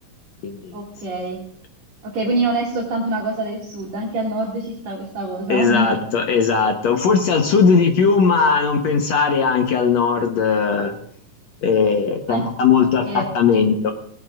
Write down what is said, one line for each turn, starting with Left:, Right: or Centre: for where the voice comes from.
Left: Quindi
Right: Ok,
Left: sì, sì, sì.
Right: ok, quindi non è soltanto una cosa del sud, anche al nord ci sta questa cosa,
Left: Esatto,
Right: <laughs> vabbè.
Left: esatto. Forse al sud di più, ma non pensare anche al nord, eh, eh, c'è
Right: An-
Left: ancora molto
Right: ok,
Left: attaccamento.